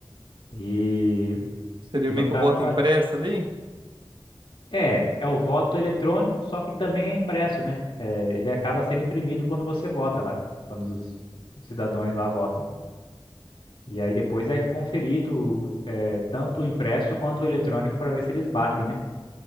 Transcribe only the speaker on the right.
Seria
meio
que o voto
impresso ali?